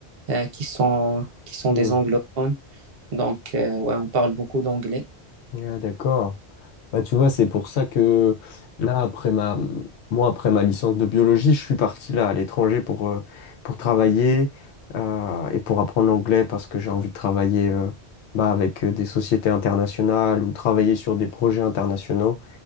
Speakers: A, on the right (about 65°); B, on the left (about 85°).
A: euh, qui sont, qui sont
B: Hmm.
A: des anglophones. Donc, euh, ouais, on parle beaucoup d'anglais.
B: Ah, d'accord. Bah, tu vois, c'est pour ça que là, après ma, moi, après ma licence de biologie, je suis parti là à l'étranger pour, euh, pour travailler euh, et pour apprendre l'anglais parce que j'ai envie de travailler euh, bah, avec euh, des sociétés internationales ou travailler sur des projets internationaux.